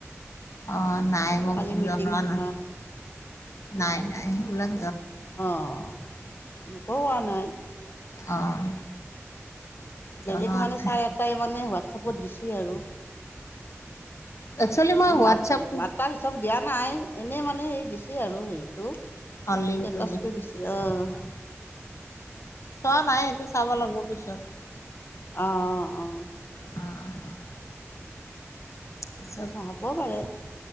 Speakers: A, on the left; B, on the left.
A: অ', নাই মোক
B: কালি মিটিং
A: জনোৱা
B: থকা
A: নাই। নাই, নাই, ওলাম
B: অ'। মইও, কোৱা নাই
A: অ'। জনোৱা
B: বেলেগ মানে
A: নাই
B: চাৰে এটাই মানে হোৱাটছপত দিছে আৰু
A: একচুৱেলি মই হোৱাটছএপটো
B: মাত মাতাৰ চব দিয়া। নাই এনেই মানে হে দিছে আৰু হেৰিটো। ষ্টেটাচটো
A: অ' লিংকটো
B: দিছে অ'।
A: চোৱা নাই সেইটো চাব লাগিব পিছত।
B: অ', অ', অ'।
A: অ'। পিছত
B: নহ'বও পাৰে।